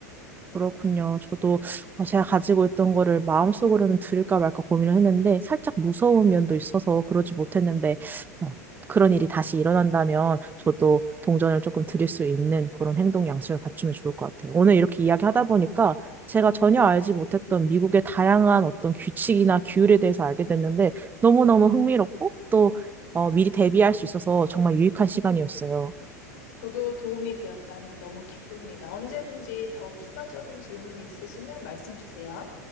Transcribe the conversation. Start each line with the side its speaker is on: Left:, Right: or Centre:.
Right: 그렇군요. 저도 어, 제가 가지고 있던 거를 마음속으로는 드릴까 말까 고민을 했는데 살짝 무서운 면도 있어서 그러지 못했는데 어, 그런 일이 다시 일어난다면 저도 동전을 조금 드릴 수 있는 그런 행동 양식을 갖추면 좋을 것 같아요. 오늘 이렇게 이야기하다 보니까 제가 전혀 알지 못했던 미국의 다양한 어떤 규칙이나 규율에 대해서 알게 됐는데 너무너무 흥미롭고 또 어, 미리 대비할 수 있어서 정말 유익한 시간이었어요.
Left: 저도 도움이 되었다니 너무 기쁩니다. 언제든지 더 추가적인 질문이 있으시면 말씀 주세요.